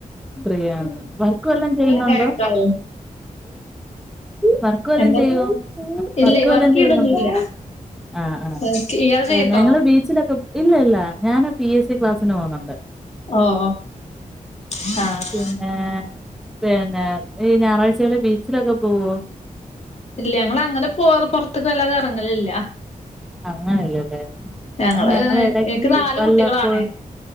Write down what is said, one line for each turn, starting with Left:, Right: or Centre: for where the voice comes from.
Centre: ഫ്രീയാണ് വർക്കും വല്ലോം ചെയ്യുന്നുണ്ടോ
Left: തിരക്കാവും
Centre: വർ ക്ക് വല്ലം
Left: എന്താ
Centre: ചെയ്യോ
Left: ഇല്ലേ
Centre: വർക്ക് വല്ലാം
Left: ചെയ്യണൊന്നുല്ല
Centre: ചെയ്യുന്നുണ്ടോ? ആഹ്
Left: വർക്ക് ഇയാള് ചെയ്യണ്ടോ
Centre: ആഹ് ഞങ്ങള് ബീച്ചിലൊക്കെ ഇല്ല ഇല്ല ഞാന് പി എസ് സി ക്ലാസ്സിന് പോന്നുണ്ട്.
Left: ഓ ആഹ്.
Centre: പിന്നെ പിന്നെ ഈ ഞായറാഴ്ചകള് ബീച്ചിലൊക്കെ പോവോ?
Left: ഇല്ല ഞങ്ങൾ അങ്ങനെ പോവൽ പുറത്തക്ക് വല്ലാതെ ഇറങ്ങലില്ല.
Centre: അങ്ങനെല്ലല്ലേ
Left: ഞങ്ങള്
Centre: ഞങ്ങൾ ഇടക്ക്
Left: എനിക്ക് നാല്
Centre: വല്ലപ്പോഴും
Left: കുട്ടികളാണ്